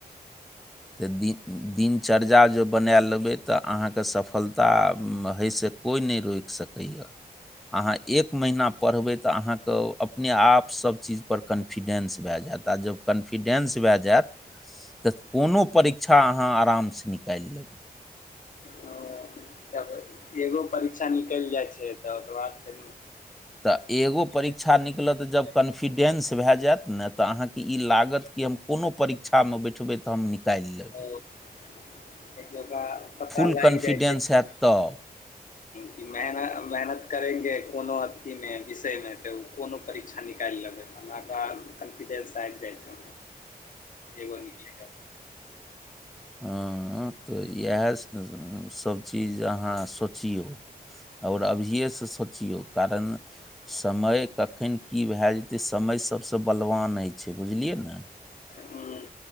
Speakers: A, in the centre; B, on the left.
A: त दिनचर्या ज बना लेबै त अहां। त सफलता होई से कोइ नै रोकि सकैये। अहाँ एक महीना पढ़बै तऽ अहाँके अपने आप सब चीज पर कॉन्फिडेन्स भए जायत आ जब कॉन्फिडेन्स भए जायत तऽ कोनो परिक्षा अहाँ आरामसँ निकालि लेब।
B: हं तब एगो परीक्षा निकैल जाइ छै तऽ ओकर बाद फेर
A: तऽ एगो परिक्षा निकलत जब कॉन्फिडेन्स भय जायत ने तऽ अहाँके ई लागत कि हम कोनो परीक्षामे बैठबै तऽ हम नीक निकालि लेब।
B: एक जगह पता
A: फुल
B: लागि
A: कॉन्फिडेंस
B: जाइ छै कि
A: हैत तऽ।
B: की मेहन मेहनत करेंगे कोनो अथीमे विषयमे, त उ कोनो परीक्षा निकैल लेबै। ओना कऽ कॉन्फिडेन्स आबि जाइ छन।
A: हू
B: एगो निकले
A: हँ तऽ इएह सबचीज अहाँ सोचियौ और अभिये स सोचियौ कारण समय कखन की भए जेतै, समय सबसँ बलवान हय छय बुझलियै ने
B: हम्म।